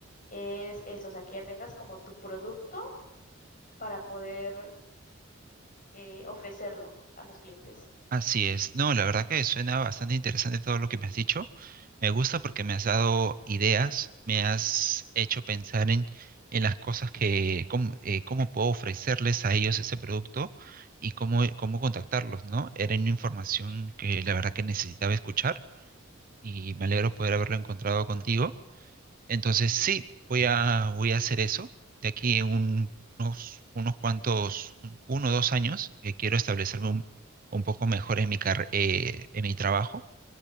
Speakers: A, on the left (about 40°); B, on the right (about 45°).
A: es eso, o sea, que ya tengas como tu producto para poder eh, ofrecerlo a los clientes.
B: Así es. No, la verdad que suena bastante interesante todo lo que me has dicho. Me gusta porque me has dado ideas, me has hecho pensar en, en las cosas que, cómo, eh, cómo puedo ofrecerles a ellos ese producto y cómo, cómo contactarlos, ¿no? Era una información que la verdad que necesitaba escuchar y me alegro poder haberlo encontrado contigo. Entonces sí, voy a, voy a hacer eso. De aquí en un- unos, unos cuantos, un- uno o dos años, eh, quiero establecerme un, un poco mejor en mi, carre- eh, en mi trabajo,